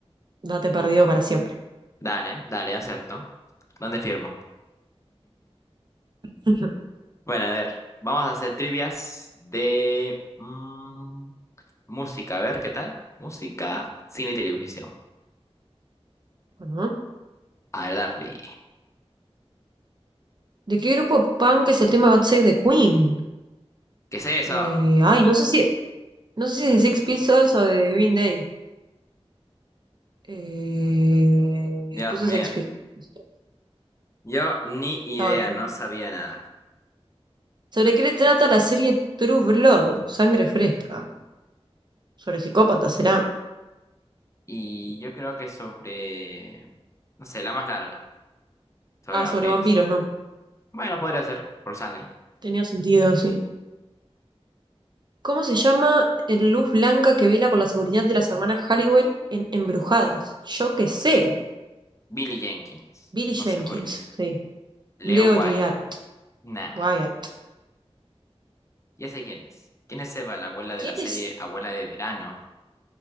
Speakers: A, on the right; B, on the left.
A: date perdido para siempre.
B: Dale, dale, acepto. ¿Dónde firmo?
A: <laughs>
B: Bueno, a ver, vamos a hacer trivias de mm, música, a ver, ¿qué tal? Música, cine y televisión.
A: Bueno,
B: A ver, darle.
A: ¿de qué grupo punk es el tema God Save the Queen?
B: ¿Qué es eso?
A: Eh, ay, no sé si, no sé si es de Six Pistols o de Green Day. Eh,
B: Dios
A: puse
B: mío.
A: Sex Pis- Pistols,
B: Yo ni idea,
A: estaba bien.
B: no sabía nada.
A: ¿Sobre qué le trata la serie True Blood? Sangre fresca. Sobre psicópatas, será.
B: Y yo creo que sobre, no sé, la más larga. Sobre
A: Ah,
B: vampiros.
A: sobre vampiros, no.
B: Bueno, podría ser. Por sangre.
A: Tenía sentido, sí. ¿Cómo se llama el luz blanca que vela por la seguridad de las hermanas Halliwell en Embrujadas? Yo qué sé.
B: Billy Jenkins.
A: Billy
B: No
A: Jenkins,
B: sé por qué.
A: sí.
B: Leo
A: Leo
B: Waya.
A: Gillard,
B: Nah.
A: Wyatt.
B: Ya sé quién es. ¿Quién es Eva, la abuela de
A: ¿Quién
B: la serie
A: es?
B: Abuela de Verano?